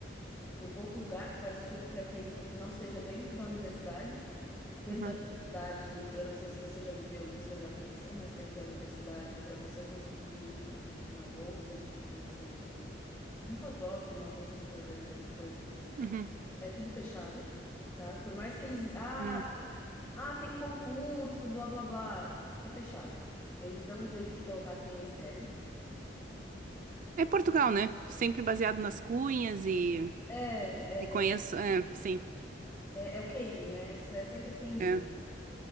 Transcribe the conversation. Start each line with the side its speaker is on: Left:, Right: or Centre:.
Left: Tem pouco lugar que faz estudo pré-clínico que não seja dentro da universidade. Dentro
Right: Uhum,
Left: da universidade, eu não sei se você já viveu isso ou já conheceu, mas dentro da universidade, para você conseguir um- uma bolsa de uma bolsa de, de- um pós-doc, uma bolsa de projeto, uma coisa,
Right: uhum,
Left: é tudo pechada, tá? Por mais que eles, ah,
Right: uhum.
Left: ah, tem concurso, blá blá blá, é pechada. Eles dão um jeito de colocar quem eles querem.
Right: É Portugal, né? Sempre baseado nas cunhas e.
Left: É,
Right: E conheço.
Left: é,
Right: É, sim.
Left: é, é o QI, né? Isso é sempre quem indica.
Right: É.